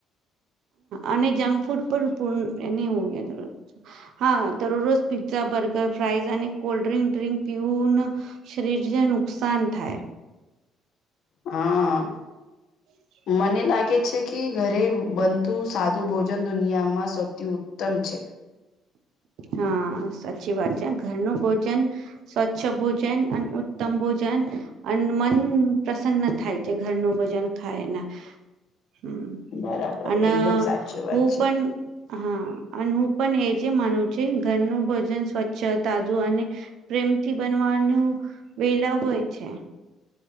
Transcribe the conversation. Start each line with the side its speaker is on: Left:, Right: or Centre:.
Right: અને જંક ફૂડ પણ પૂર્ણ એને હો ગયા જ હા દરરોજ પિઝા બર્ગર ફ્રાઇઝ અને કોલ્ડ ડ્રિંક ડ્રિંક પીવુ ન શરીરને નુકસાન થાય.
Left: હા.
Right: <inaudible>
Left: મને લાગે છે કે ઘરે બનતું સાદું ભોજન દુનિયામાં સૌથી ઉત્તમ છે.
Right: હા સાચી વાત છે. ઘરનું ભોજન સ્વચ્છ ભોજન અને ઉત્તમ ભોજન અને મન પ્રસન્ન થાય છે. ઘરનું ભજન ખાયના. હમ્મ
Left: બરાબર
Right: અને
Left: એકદમ સાચી વાત
Right: હું
Left: છે
Right: પણ હા અને હું પણ એજ જે માનવું છે ઘરનું ભોજન સ્વચ્છ તાજુ અને પ્રેમથી બનવાનું વેલા હોય છે.